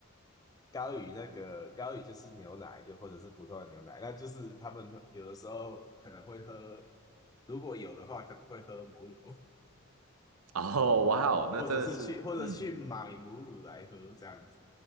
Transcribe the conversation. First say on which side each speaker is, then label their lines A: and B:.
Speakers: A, on the left; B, on the right.
A: 高于那个高于就是牛奶，就或者是普通的牛奶，那就是他们有的时候可能会喝，如果有的话可能会喝母乳，
B: 哦，哇哦，那真的是，
A: 或者是去或者去买母乳来喝这样子。
B: 嗯，